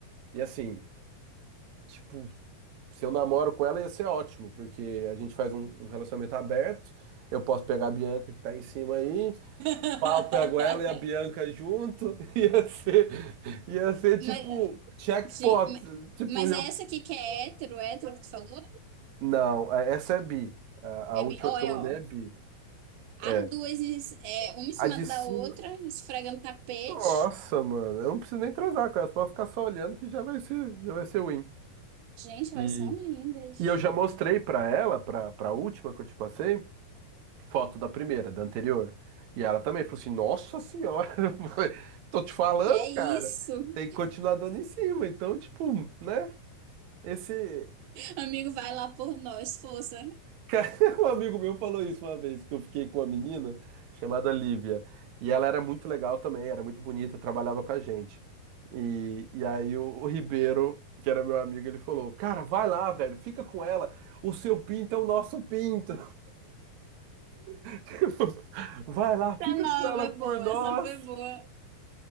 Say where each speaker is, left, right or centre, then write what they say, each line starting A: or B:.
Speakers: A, on the right; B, on the right.
A: e assim, tipo, se eu namoro com ela, ia ser ótimo, porque a gente faz um, um relacionamento aberto. Eu posso pegar a Bianca que tá em cima aí,
B: <laughs>
A: pá, eu pego ela e a Bianca junto. <laughs> Ia ser, ia ser
B: Mas,
A: tipo checkpot.
B: gente, ma-
A: Tipo,
B: mas
A: já...
B: é essa aqui que é hétero, hétero que tu falou?
A: Não, a- essa é bi. A,
B: É,
A: a última
B: bi- ó,
A: que
B: é,
A: eu mandei
B: ó.
A: é bi. É.
B: As duas, es- é, uma em cima
A: A de
B: da
A: cima,
B: outra, esfregando tapete.
A: nossa, mano, eu não preciso nem transar com ela, pode ficar só olhando que já vai ser, já vai ser win.
B: Gente,
A: E,
B: elas são lindas.
A: e eu já mostrei pra ela, pra, pra última que eu te passei. foto da primeira, da anterior. E ela também falou assim: Nossa senhora, <laughs> tô te falando,
B: Que é
A: cara,
B: isso?
A: tem que continuar dando em cima. Então, tipo, né? Esse.
B: Amigo, vai lá por nós, força.
A: cara, <laughs> Um amigo meu falou isso uma vez, que eu fiquei com uma menina chamada Lívia. E ela era muito legal também, era muito bonita, trabalhava com a gente. E, e aí o, o Ribeiro, que era meu amigo, ele falou: Cara, vai lá, velho, fica com ela. O seu pinto é o nosso pinto. <laughs> Vai lá,
B: Tá
A: fica
B: nova,
A: com ela
B: é
A: por
B: boa,
A: nós.
B: essa foi boa.